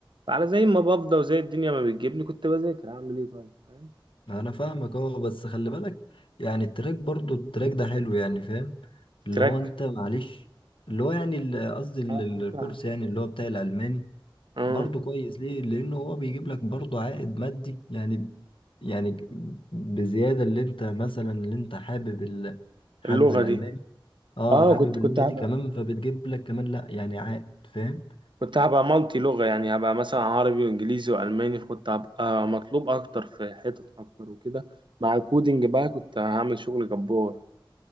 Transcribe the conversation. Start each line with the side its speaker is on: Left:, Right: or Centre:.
Right: فعلى زي ما بفضى وزي الدنيا ما بتجيبني كنت بذاكر اعمل ايه طيب فاهم؟
Left: انا فاهمك اهو بس خلي بالك يعني التراك برضو التراك ده حلو يعني فاهم اللي
Right: تراك
Left: هو انت معلش اللي هو يعني ال- قصدي ال-
Right: اه
Left: ال-
Right: اه
Left: الكورس
Right: فاهم
Left: يعني اللي هو بتاع الالماني
Right: اه
Left: برضو كويس ليه لانه هو بيجيب لك برضو عائد مادي يعني يعني بزيادة اللي انت مثلا اللي انت حابب ال... حابب
Right: اللغه
Left: الالماني
Right: دي
Left: اه
Right: اه
Left: حابب
Right: كنت كنت
Left: اللغة
Right: هبقى
Left: دي كمان فبتجيب لك كمان لا يعني عائد فاهم
Right: كنت هبقى مالتي لغة يعني هبقى مثلا عربي وإنجليزي وألماني كنت هبقى مطلوب أكتر في حتت أكتر وكده مع الكودينج بقى كنت هعمل شغل جبار بس